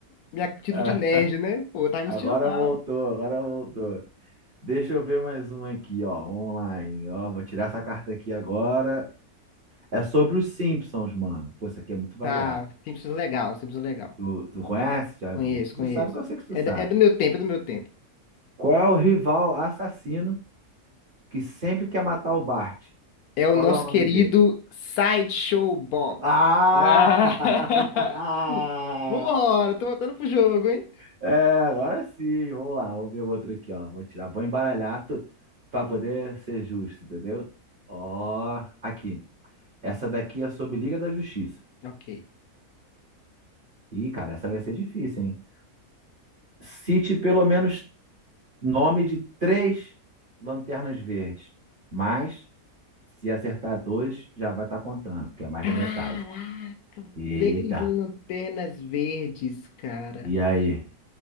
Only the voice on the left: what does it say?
minha título
de nerd, né? Pô, tá me
sentindo mal.
Tá, Simpsons legal, Simpsons legal.
Conheço,
conheço.
É,
da- é do meu tempo, é do meu tempo.
É o
nosso
querido
Sideshow Bob.
Ah.
<laughs> Vambora, tô voltando pro jogo, hein?
Ok.
Caraca,
três lanternas verdes, cara.